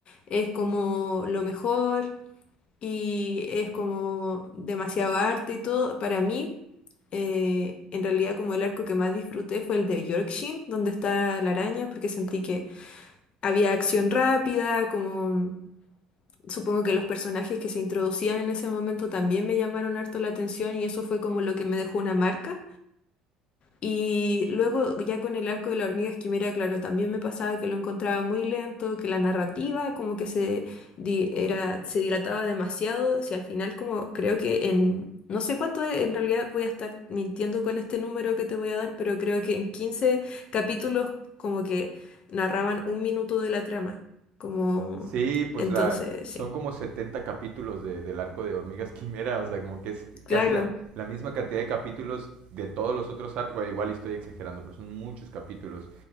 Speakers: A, on the left; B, on the right.
A: es como lo mejor y es como demasiado arte y todo. Para mí, eh, en realidad como el arco que más disfruté fue el de Yorkshin, donde está la araña, porque sentí que Había acción rápida, como mm, supongo que los personajes que se introducían en ese momento también me llamaron harto la atención y eso fue como lo que me dejó una marca. Y luego ya con el arco de la hormiga esquimera, claro, también me pasaba que lo encontraba muy lento, que la narrativa como que se, di- era, se dilataba demasiado, si al final como creo que en, no sé cuánto es, en realidad voy a estar mintiendo con este número que te voy a dar, pero creo que en 15 capítulos como que narraban un minuto de la trama, como
B: Sí, pues
A: entonces,
B: la,
A: sí,
B: son como 70 capítulos de, del arco de Hormigas <laughs> Quimera, o sea, como que es
A: claro,
B: casi la, la misma cantidad de capítulos de todos los otros arcos. Bueno, igual y estoy exagerando, pero son muchos capítulos.